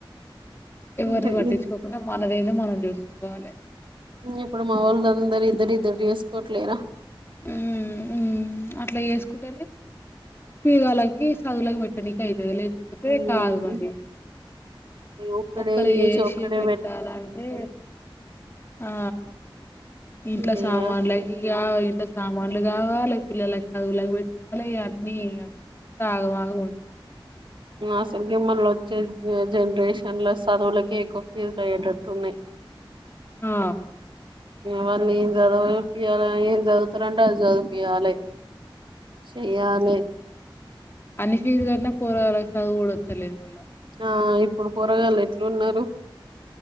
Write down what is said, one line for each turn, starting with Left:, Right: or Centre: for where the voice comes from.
Left: ఎవరి
Right: అంతే
Left: వాటి
Right: ఇ-
Left: చ పొక్కడా మనదద మనం చూసుకోవాలి
Right: ఇప్పుడు మా వాళ్ళ అందరు ఇద్దరు ఇద్దరు చేసుకోవట్లేరా
Left: ఉ అట్లా చేేసుకుంట పిగా సాగులా మట్టటి పెట్టనీకి అయితది లేకపోతే
Right: ఉమ్,
Left: కాదు మరి.
Right: ఈ ఒక్కడే
Left: ఒక్కళ్ళు చేశీ
Right: ఏసి ఒక్కడే
Left: పెట్టాలంటే. ఆ ఇంట్లో
Right: ఇయ్య,
Left: సామాన్లకి ఇగా ఇంట్లో సామాన్లు గావాలె పిల్లలకి చదువులకి పెట్టాలె ఇగా అన్నీ అంతా ఆగంమాగం ఉంటది.
Right: అసల్కే మళ్ళొచ్చే జనరేషన్ లో చదువులకే ఎక్కువ ఫీజులు అయ్యేటట్టు ఉన్నయ్.
Left: ఆ
Right: వాళ్ళేం చదవ <unintelligible> పియాల ఏం చదువుతరంటే అది చద్ పియాలే చెయ్యాలే
Left: అన్నీ ఫీజు కట్టినా పోరగాళ్ళకు చదువు గూడా వత్తలేదు మళ్ళా.
Right: ఆ ఇప్పుడు పోరగాళ్లు ఎట్లున్నరు.